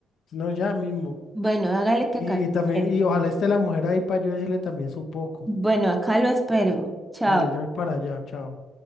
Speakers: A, on the left (about 65°); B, in the centre.
A: No, ya mismo.
B: Bueno, hágale que
A: Y,
B: acá lo
A: también,
B: espero.
A: y ojalá esté la mujer ahí para yo decirle también su poco.
B: Bueno, acá lo espero. Chao.
A: Vale, ya voy para allá, chao.